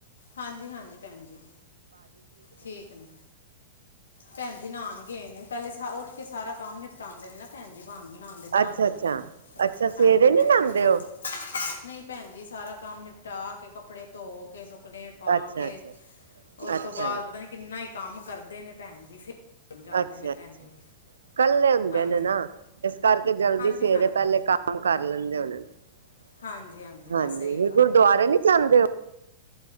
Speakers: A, on the left (about 70°); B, on the right (about 70°).
A: ਹਾਂਜੀ-ਹਾਂਜੀ ਭੈਨਜੀ, ਠੀਕ ਨੇ। ਭੈਨਜੀ ਨਾਨ ਗਏ ਨੇ, ਪੈਲੇ ਉਠ ਕੇ ਸਾਰਾ ਕੰਮ ਨਿਪਟਾਂਦੇ ਨੇ ਨਾ। ਭੈਨਜੀ, ਨਾਂਦੇ ਬਾਦ
B: ਅੱਛਾ
A: ਚੋ
B: ਅੱਛਾ
A: ਨੇ
B: ਅੱਛਾ ਸਵੇਰੇ
A: ਹਾਂਜੀ,
B: ਨੀ
A: ਭੈਨ
B: ਨਾਂਦੇ
A: ਜੀ ਅਪਨਾ
B: ਉਹ
A: ਨਈ ਭੈਨ ਜੀ ਸਾਰਾ ਕੰਮ ਨਿਪਟਾ ਕੇ, ਕੱਪੜੇ ਧੋ ਕੇ, ਸੁੱਕਨੇ ਪਾ
B: ਅੱਛਾ
A: ਕੇ,
B: ਅੱਛਾ
A: ਉਸ
B: ਅੱਛਾ
A: ਤੋ ਬਾਦ
B: ਜੀ
A: ਪਤਾ ਨੀ ਕਿਨਾ ਈ ਕੰਮ ਕਰਦੇ ਨੇ ਭੈਨ ਜੀ ਫੇਰ ਜਾਂਦੇ
B: ਅੱਛਾ
A: ਨੇ
B: ਅੱਛਾ
A: ਭੈਨ ਜੀ।
B: ਕੱਲੇ ਹੁੰਦੇ
A: ਹਾਂਜੀ
B: ਨੇ ਨਾ, ਏਸ ਕਰਕੇ ਜਲਦੀ
A: ਹਾਂਜੀ
B: ਸਵੇਰੇ
A: ਹਾਂਜੀ
B: ਪੈਲੇ ਕੰਮ ਕਰ ਲੈਂਦੇ ਹੋਨੇ ਨੇ।
A: ਹਾਂਜੀ ਬਸ
B: ਹਾਂਜੀ,
A: ਇਹੀ ਗੱਲ
B: ਗੁਰਦੁਆਰੇ
A: ਹੈ
B: ਨਈ ਜਾਂਦੇ ੳ।